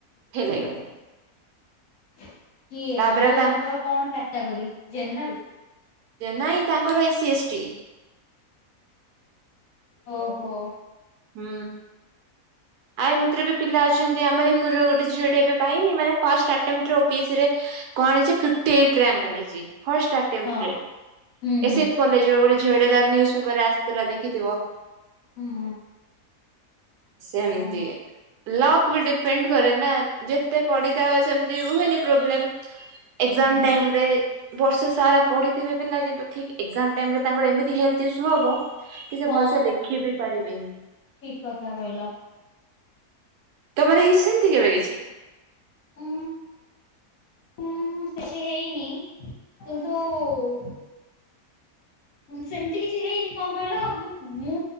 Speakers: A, on the right; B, on the left.
A: ଫେଲ ହେଇଗଲେ।
B: କିଏ
A: ତାପରେ
B: ଯୋଉ
A: ଆଉ
B: ତାଙ୍କର କଣ କ୍ୟାଟାଗୋରୀ ଜେନେରାଲ?
A: ନାଇଁ ତାଙ୍କର ଏସିି ଏସ୍ ଟି।
B: ଓ ହୋ।
A: ହୁଁ। ଆ ଏମତିରେ ପିଲା ଅଛନ୍ତି ଆମର ପୁରୀର ଗୋଟେ ଝିଅଟେ ଏବେ ପାଇନି ମାନେ ଫାର୍ଷ୍ଟ ଆଟେମ୍ପ୍ଟ ରେ ଓପି ଏସ୍ ସି ରେ। କଣଯେ ଫିଫ୍ଟୀ ଏଇଟ ରାଙ୍କ ଆଣିଛି ଫାର୍ଷ୍ଟ ଆଟେମ୍ପଟ୍
B: ହଁ।
A: ରେ।
B: ହୁଁ
A: ଏ
B: ହୁଁ
A: ସି ଏଫ୍ କଲେଜ ରେ ଗୋଟେ ଝିଅଟେ ଆସେ ନ୍ୟୁସ୍ ପେପର ରେ ଆସିଥିଲା ଦେଖିଥିବ।
B: ହୁଁ ହୁଁ।
A: ସେମିତି।
B: ଓହୋ।
A: ଲକ୍ ବି ଡିପେଣ୍ଡ କରେ ନା ଯେତେ ପଢ଼ିଥା ସେମିତି ହୁଏନି ପ୍ରୋବ୍ଲେମ୍। ଏକ୍ସାମ୍
B: ହୁଁ।
A: ଜାମ ଟାଇମ ରେ ବର୍ଷ ସାରା ପଢିଥିବେ ପିଲା କିନ୍ତୁ ଠିକ ଏକ୍ସାମ ଟାଇମ୍ ରେ ତାଙ୍କର ଏମତି ହେଲ୍ଥ ଇସ୍ୟୁ ହବ କି ସେ
B: ହଁ
A: ଭଲସେ ଲେଖି ବି ପାରିବେନି
B: ଠିକ କଥା କହିଲ।
A: ତମର ହେଇଛି ସେମିତି କେବେ କିଛି?
B: ଉଁ ଉଁ କିଛି ହେଇନି। କିନ୍ତୁ ଉଁ ସେମିତି କିଛି ହେଇନି କଣ କହିଲ ମୁଁ ମୁଁ